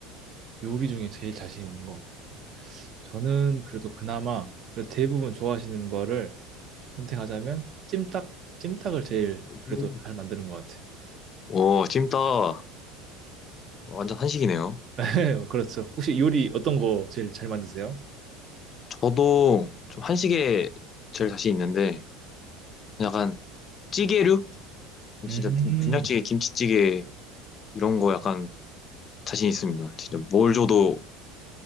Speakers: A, on the right (about 45°); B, on the left (about 35°).
A: 요리 중에 제일 자신 있는 거. 저는 그래도 그나마 그래도 대부분 좋아하시는 거를 선택하자면 찜닭 찜닭을 제일
B: 오,
A: 그래도 잘 만드는 것 같아요.
B: 오, 찜닭 완전 한식이네요.
A: <laughs> 그렇죠. 혹시 요리 어떤 거 제일 잘 만드세요?
B: 저도 좀 한식에 제일 자신 있는데 약간 찌개류?
A: 음,
B: 진짜 된- 된장찌개, 김치찌개 이런 거 약간 자신 있습니다. 진짜 뭘 줘도